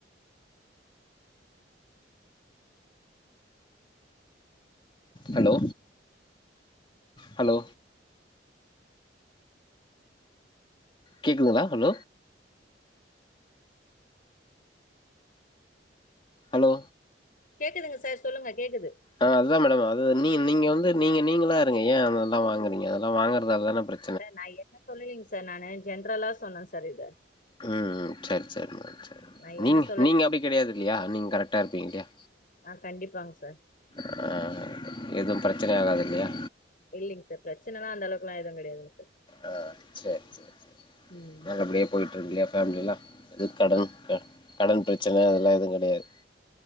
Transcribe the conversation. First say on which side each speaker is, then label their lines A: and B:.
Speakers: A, on the left (about 25°); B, on the left (about 50°).
A: ஹலோ ஹலோ கேட்குதுங்ளா ஹலோ ஹலோ
B: கேக்குதுங்க சார் சொல்லுங்க கேக்குது
A: ஆ அதுதா மேடம் அது நீ நீங்க வந்து நீங்க நீங்களா இருங்க ஏ அதெல்லா வாங்குறீங்க அதெல்லா வாங்கறனாலதானே அப்றே
B: சார் நா என்ன சொல்லலீங் சார் நானு ஜென்ரலா சொன்னே சார் இத
A: ம் ம் செர் செரிமா
B: நா
A: நீங்க
B: என்ன சொல்ல
A: நீங்க அப்டி கெடையாது இல்லையா நீங்க கரெக்டா இருப்பீங்க இல்லையா
B: ஆ கண்டிப்பாங்க சார்
A: ஆ எதும் பிரச்சனை ஆகாது இல்லையா
B: இல்லிங் சார் பிரச்சனல்லா அந்தளவுக்குல்லா எதும் கெடையாதுங் சார்
A: ஆ சேர் சேரர் சேரி
B: ம்
A: நல்லபடியா போயிட்ருந்தியா பேமிலில்லா அது கடன்
B: ஆ
A: கடன் பிரச்சன அதெலா எதும் கெடையாது